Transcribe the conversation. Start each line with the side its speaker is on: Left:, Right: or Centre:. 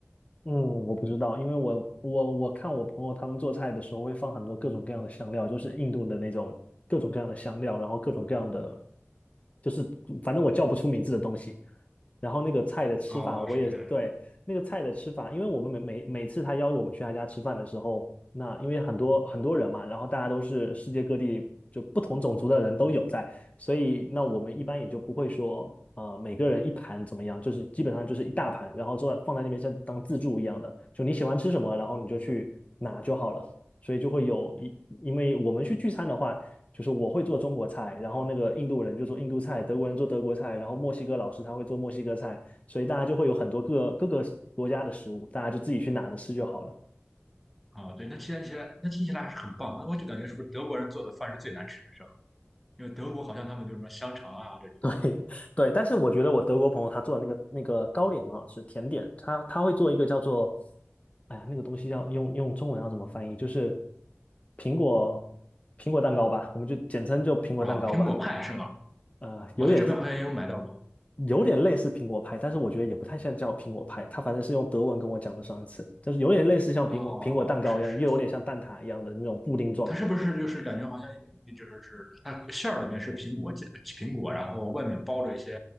Left: 嗯，我不知道，因为我我我看我朋友他们做菜的时候会放很多各种各样的香料，就是印度的那种各种各样的香料，然后各种各样的，就是反正我叫不出名字的东西，然后那个菜的吃法，
Centre: 哦，
Left: 我也对那个菜的吃法，
Centre: 是这样的。
Left: 因为我们每每每次他邀我们去他家吃饭的时候，那因为很多很多人嘛，然后大家都是世界各地就不同种族的人都有在，所以那我们一般也就不会说啊、呃每个人一盘怎么样，就是基本上就是一大盘，然后坐放在那边像当自助一样的，就你喜欢吃什么，然后你就去拿就好了。所以就会有一，因为我们去聚餐的话。就是我会做中国菜，然后那个印度人就做印度菜，德国人做德国菜，然后墨西哥老师他会做墨西哥菜，所以大家就会有很多各各个国家的食物，大家就自己去拿着吃就好了。
Centre: 哦，对，那听起来那听起来还是很棒。那我就感觉是不是德国人做的饭是最难吃的，是吧？因为德国好像他们就是什么香肠啊这种。
Left: <laughs> 对对，但是我觉得我德国朋友他做的那个那个糕点很好吃，甜点，他他会做一个叫做，哎呀，那个东西要用用中文要怎么翻译？就是苹果苹果蛋糕吧，我们就简称就苹果蛋糕吧。
Centre: 哦，苹果派是吗？
Left: 呃，
Centre: 我在这边好像也有买到过。
Left: 有点
Centre: 有
Left: 有点类似苹果派，但是我觉得也不太像叫苹果派，它反正是用德文跟我讲的上一次，就是有点类似像苹果苹果蛋糕一样，
Centre: 哦，是是，
Left: 又有点像蛋挞一样的那种布丁状的，
Centre: 它是不是就是感觉好像就是是它馅儿里面是苹果苹果，然后外面包着一些